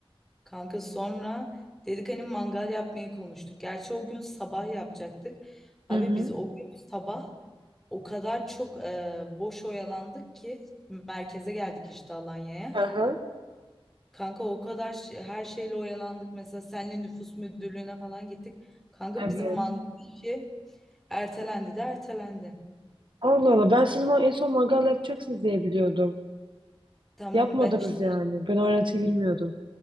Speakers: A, in the centre; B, on the right (about 55°).
A: Kanka sonra dedik hani mangal yapmayı konuştuk. Gerçi o gün sabah yapacaktık. Abi
B: Hı hı.
A: biz o gün sabah O kadar çok e, boş oyalandık ki merkeze geldik işte Alanya'ya.
B: Aha.
A: Kanka o kadar ş- her şeyle oyalandık. Mesela senle nüfus müdürlüğüne falan gittik. Kanka
B: Evet.
A: bizim mangal işi ertelendi de ertelendi.
B: Allah Allah ben siz ma- en son mangal yapacaksınız diye biliyordum.
A: Tamam
B: Yapmadınız
A: ben işte
B: yani. Ben o öğretiyi bilmiyordum.